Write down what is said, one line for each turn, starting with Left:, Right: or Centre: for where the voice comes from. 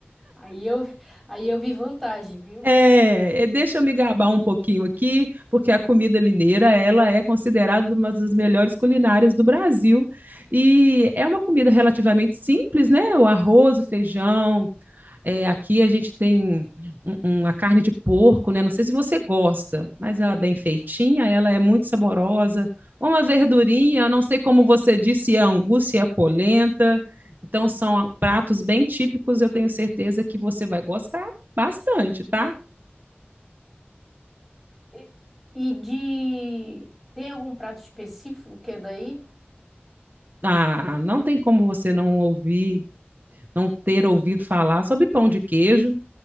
Centre: Aí eu, aí eu vi vantagem, viu?
Right: É, é, deixa eu me gabar um pouquinho aqui, porque a comida mineira, ela é considerada uma das melhores culinárias do Brasil. E é uma comida relativamente simples, né? O arroz, o feijão, É, aqui a gente tem um- uma carne de porco, né? Não sei se você gosta, mas ela é bem feitinha, ela é muito saborosa. Uma verdurinha, eu não sei como você disse, se é angu, se é polenta. Então, são pratos bem típicos, eu tenho certeza que você vai gostar bastante, tá?
Centre: E e de. Tem algum prato específico que é daí?
Right: Ah, não tem como você não ouvir, não ter ouvido falar sobre pão de queijo.